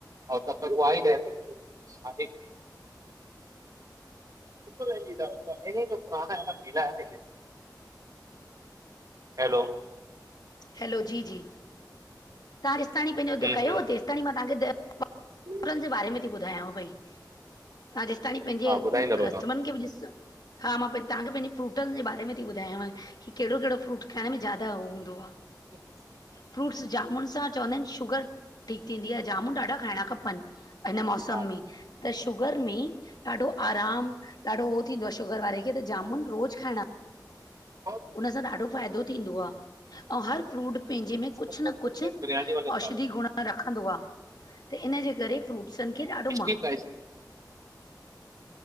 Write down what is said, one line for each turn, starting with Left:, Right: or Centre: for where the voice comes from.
Right: आऊं सब तो <unintelligible> बिल्कुल ई ये तो पुराना है न पीला है न ये <unintelligible> हेलो
Left: हेलो जी जी तां जेसताणी पैंजो अध
Right: हम्म
Left: कयो
Right: हम्म
Left: तेसताणी मां तहांखे उनन
Right: हम्म।
Left: जे बारे में ती ॿुधायांव पई तां जेसताणी पैंजे
Right: हा ॿुधाईंदो
Left: कस्टमरन
Right: रहंदो
Left: खे बि ॾिस हा मां तांखे पहिजे फ्रूटन जे बारे में ती ॿुधायांव कि केड़ो केड़ो फ्रूट खाइण में ज्यादा हो हूंदो आ
Right: <inaudible>
Left: फ्रूट्स जामुन सां चवंदा इन शुगर ठीक थींदी आ जामुन ॾाढा खाइणा खपन हिन मौसम
Right: हा
Left: में, त शुगर में ॾाढो आराम ॾाढो हो थींदो आ शुगर वारे खे त जामुन रोज खाइणा
Right: हा
Left: उन सां ॾाढो फ़ाइदो थींदो आ अऊं हर फ्रूट पैंजे
Right: इस
Left: में
Right: को
Left: कुछ
Right: हम लोग
Left: न कुछ
Right: बोलते हैं बिरयानी वाला
Left: औषधी
Right: चावल
Left: गुण रखंदो आ त इनजे करे फ्रूटसन खे ॾाढो महत्व
Right: ठीक आ